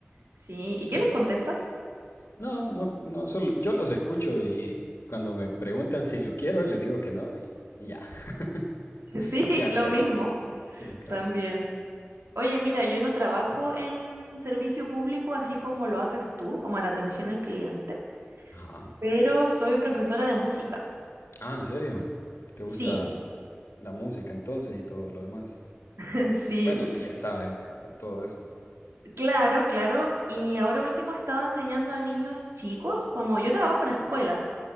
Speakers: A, on the right; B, on the left.
A: Sí, ¿y qué les contestas?
B: No, no, no, solo yo los escucho y cuando me preguntan si lo quiero, les digo que no y, y ya,
A: <laughs>
B: <laughs>
A: Sí,
B: y ya
A: lo
B: cuelgan.
A: mismo,
B: Sí, cabal.
A: también. Oye, mira, yo no trabajo en servicio público así como lo haces tú, como en atención al cliente,
B: Ajá.
A: pero soy profesora de música.
B: Ah, ¿en serio? ¿Te gusta
A: Sí,
B: la música entonces y todo lo demás?
A: <laughs> sí.
B: Bueno, le sabes a todo eso.
A: Claro, claro. Y ahora último he estado enseñando a niños chicos, como yo trabajo en escuelas.